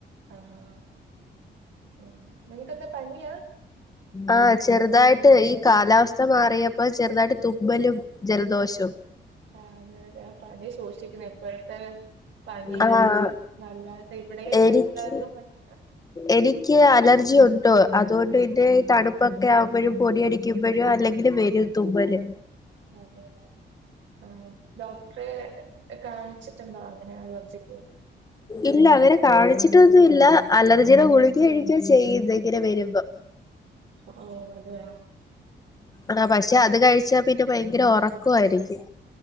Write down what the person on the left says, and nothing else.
ആഹ് ചെറുതായിട്ട് ഈ കാലാവസ്ഥ മാറിയപ്പോ ചെറുതായിട്ട് തുമ്മലും ജലദോഷവും
ആഹ്
എനിക്ക്
എനിക്ക് അലർജിയുണ്ട് അതുകൊണ്ട് പി ന്നെ ഈ തണുപ്പൊക്കെ ആവുമ്പഴും പൊടിയടിക്കുമ്പഴും അല്ലെങ്കിലും വരും തുമ്മല്
ഇല്ല ഇത് വരെ കാണിച്ചിട്ടൊന്നും ഇല്ല അലർജീടെ ഗുളിക കഴിക്കാ ചെയ്യുന്നേ ഇങ്ങനെ വരുമ്പം
ആഹ് പക്ഷെ അത് കഴിച്ചാ പിന്നെ ഭയങ്കര ഒറക്കവായിരിക്കും